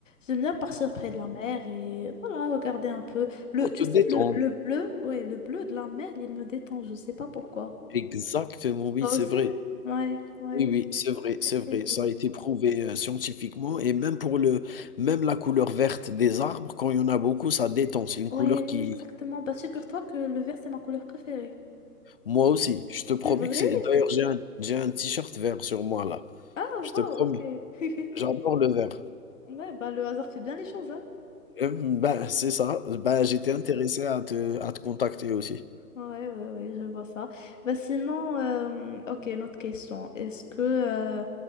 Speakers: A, on the left (about 55°); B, on the left (about 40°).
A: j'aime bien partir près de la mer et voilà, regarder un peu. Le,
B: Pour
A: tu
B: te
A: sais,
B: détendre.
A: le, le bleu, ouais, le bleu de la mer, il me détend. Je sais pas pourquoi.
B: Exactement, oui,
A: Toi
B: c'est
A: aussi?
B: vrai.
A: Ouais, ouais,
B: Oui, oui,
A: c'est
B: c'est vrai,
A: très
B: c'est
A: paisible.
B: vrai. Ça a été prouvé, heu, scientifiquement et même pour le même la couleur verte des arbres, quand il y en a beaucoup, ça détend. C'est une
A: Ouais,
B: couleur qui
A: oui, exactement. Bah figure-toi que le vert, c'est ma couleur préférée.
B: moi aussi, je te promets
A: C'est vrai?
B: que c'est d'ailleurs, j'ai un j'ai un t-shirt vert sur moi là.
A: Ah,
B: Je
A: wow,
B: te promets,
A: ok. <laughs>
B: j'adore le vert.
A: Ouais, bah le hasard fait bien les choses, hein.
B: Hem, bah, c'est ça. ben j'étais intéressé à te à te contacter aussi.
A: Ouais, ouais, ouais, je vois ça. Bah, sinon, euh, ok, une autre question. Est-ce que euh,